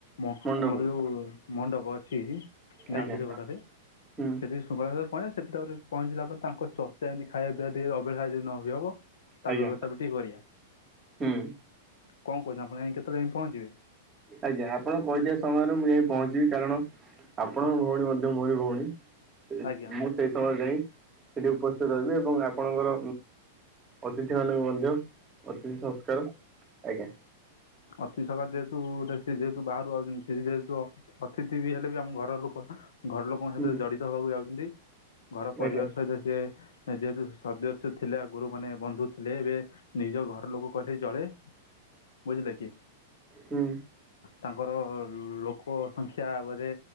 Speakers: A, on the left; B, on the right.
A: ମଆମର
B: ମଣ୍ଡପରେ
A: ଯୋଉ ମଣ୍ଡପ ଅଛି।
B: ଆଜ୍ଞା
A: ଗାନ୍ଧୀ ଛକଟାରେ।
B: ହୁଁ।
A: ସେଠି ଶୁଭାସକାଳରେ ପହଞ୍ଚିବା। ସେଠି ତାପରେ ପହଞ୍ଚିଲା ପରେ ତାଙ୍କଚର୍ଚ୍ଚାଯେମିତି ଖାଇବାପିଇବାରେ ଟିକିଏ ଅବହଳା ଯଦି ନ ହୁଏ ହବ। ତାପରେ
B: ଆଜ୍ଞା
A: ବ୍ୟବସ୍ଥା। ବି ଠିକ୍ କରିବା।
B: ହୁଁ।
A: କଣ କହୁଚନ୍ତି? ଆପଣ ଯାଇଁକେତେବେଳେ ପହଞ୍ଚିବେ?
B: ଆଜ୍ଞା ଆପଣ କହିଥିବା ସମୟରେ ମୁଁ ଯାଇ ପହଞ୍ଚିବି। କାରଣ ଆପଣଙ୍କ ଭଉଣୀ ମଧ୍ୟ ମୋର ଭଉଣୀ। ସେ
A: ଆଜ୍ଞା
B: ମୁଁ ସେଇ ସମୟ ଯାଇ ସେଠି ଉପସ୍ଥିତ ରହିବେ। ଏବଂ ଆପଣଙ୍କର ଅତିଥିମାନଙ୍କୁ ମଧ୍ୟ ଅତିଥି ସତ୍କାର ଆଜ୍ଞା।
A: ଅତିଶ ସକା ଯେହେତୁସେ ଯେହେତୁ ବାହାରୁ ଆଉଚନ୍ତି ଯେହେତୁ ଅତିଥି ବି ହେଲେ ବି ଆମ ଘର ଲୋକ ନାଁ। ଘର ଲୋକ ମୋସାଥିରେ
B: ହୁଁ
A: ଜଡିତ ହବାକୁ ଯାଉଚନ୍ତି। ଘର ପରିବାର
B: ଆଜ୍ଞା
A: ସହିତ ସିଏ ଯେହେତୁ ସଦସ୍ୟ ଥିଲେ ଆଗୁରୁ ମାନେ ବନ୍ଧୁ ଥିଲେ ଏବେ ନିଜ ଘର ଲୋକ କହିଲେ ଚଳେ। ବୁଝିଲେ କି?
B: ହୁଁ
A: ତାଙ୍କର ଲୋକ ସଂଖ୍ୟା ବୋଧେ